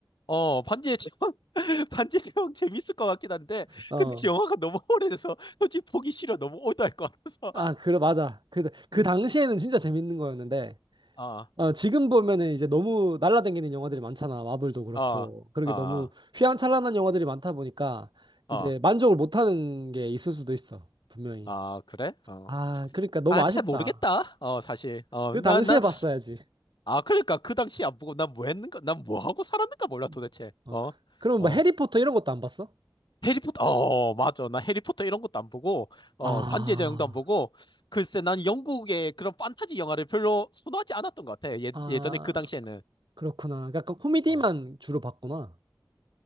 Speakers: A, on the left; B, on the right.
A: 어, 반지의 제왕, <laughs> 반지의 제왕 재밌을 것 같긴 한데,
B: 어.
A: 근데 영화가 너무 오래돼서 솔직히 보기 싫어. 너무 올드할 것 같아서.
B: 아,
A: <laughs>
B: 그래, 맞아. 그, 그
A: 음,
B: 당시에는 진짜 재밌는 거였는데,
A: 아,
B: 어, 지금 보면은 이제 너무 날라다니는 영화들이 많잖아. 마블도 그렇고.
A: 아,
B: 그러게
A: 아,
B: 너무 휘황찬란한 영화들이 많다 보니까,
A: 아,
B: 이제 만족을 못하는 게 있을 수도 있어. 분명히.
A: 아, 그래? 어.
B: 아, 그러니까 너무
A: 아,
B: 아쉽다.
A: 잘 모르겠다. 어, 사실. 어,
B: 그
A: 난,
B: 당시에
A: 난,
B: 봤어야지.
A: 아, 그러니까 그 당시 안 보고 난 뭐 했는가, 난 뭐 하고 살았는가 몰라
B: 음.
A: 도대체.
B: 어.
A: 어,
B: 그럼
A: 어.
B: 뭐 해리포터 이런 것도 안 봤어?
A: 해리포터, 어, 맞아. 나 해리포터 이런 것도 안 보고, 어,
B: 아,
A: 반지의 제왕도 안 보고, 글쎄, 난 영국의 그런 판타지 영화를 별로 선호하지 않았던 것 같아. 예,
B: 아,
A: 예전에 그 당시에는.
B: 그렇구나. 약간 코미디만
A: 어, 어,
B: 주로 봤구나.